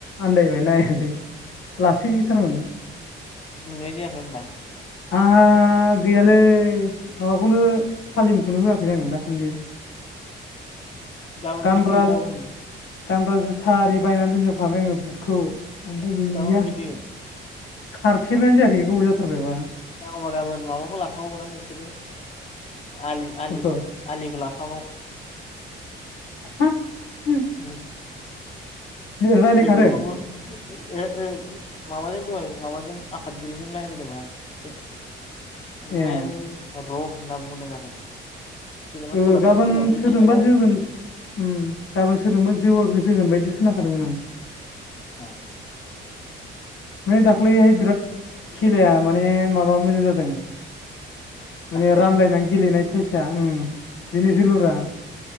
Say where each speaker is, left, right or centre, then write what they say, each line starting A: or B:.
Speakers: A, on the left; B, on the left.
A: आनन्दायबाय नायासै लासैथारमोन।
B: नोंलाय जोयाखै होनबा।
A: आंहा गैयालै माबाखौनो थालिम। खौनो होआखैना आं दासान्दि।
B: गाबोन
A: गानग्रा
B: फैदो गाबोन।
A: गानग्रा जुथा आरि बायनानै दोनजोबखाबाय आङो बुटखौ ओमफ्राय गैया।
B: गाबोन फैदो
A: खारफेरनायानो जायाखै गोबाव जाथारबायबा।
B: होमबा गाबोन माबाखौ लाफाबाव ना नोंसोरो आलि
A: सोरखौ
B: आलिखौ ला? फाबाव।
A: <unintelligible>
B: मिसत
A: रायलायखादों
B: जों बेखौबो ओ ओ। माबाजों दहाय माबाजों आफादगिरिजों रायज्लायदोंमोन आं एसे ओमफ्राय
A: ए
B: र' होनना बुंदों आरो। जेनेबा
A: ओ
B: सोलाबनाय
A: गाबोन
B: सोलाबैबो
A: सोरजोंबा
B: थायो नालाय
A: जोगोन उम गाबोन सोरजोंबा। जोबो गोजोगोन बायदि खोनाखादोंमोन आं।
B: ए
A: माने दाख्लैहाय बिराद खेलाया माने माबा मोजां जादों। माने
B: दाख्लैना
A: रानलायनानै गेलेनाय साइसआ बिनि जोलुरा।